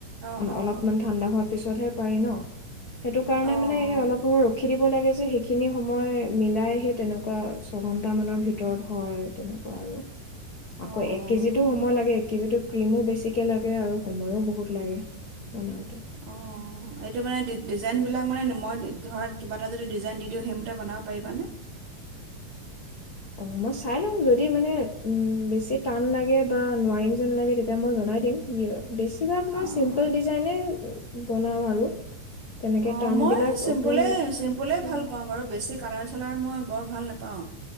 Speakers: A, on the right (about 70°); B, on the left (about 85°).
A: অঁ অঁ
B: অলপমান ঠাণ্ডা হত - পিছতহে পাৰি ন? সেইটো কাৰণে
A: অঁ
B: আ অলপ
A: অঁ
B: সময় ৰখি দিব লাগে যে সেইখিনি সময় মিলাইহে তেনেকুৱা ছঘন্টা মানৰ ভিতৰত হয় তেনেকুৱা আৰু আকৌ
A: অঁ
B: এক
A: অঁ
B: কেজিতোও সময় লাগে কি যো ক্ৰীমো বেছিকে লাগে আৰু সময়ো বহুত লাগে বনাওতে
A: অঁ এইটো মানে ডিজাইনবিলাক মানে মই ধৰা কিবা এটা যদি ডিজাইন দি দিওঁ সেইমতে বনাব পাৰিবানে
B: অ মই চাই লওঁ যদি মানে উম বেছি টান লাগে বা নোৱাৰিম যেন লাগে তেতিয়া মই জনাই দিম ই বেছিভাগ মই
A: অঁ
B: চিম্পল
A: অঁ
B: ডিজাইনে বনাওঁ আৰু তেনেকে
A: অ
B: টানবিলাক
A: মই চিম্পুল
B: অকমান
A: চিম্পলে
B: কষ্ট
A: ভাল
B: হয়।
A: পাওঁ বাৰু বেছিক কালাৰ চালাৰ মই বৰ ভাল নোপাওঁ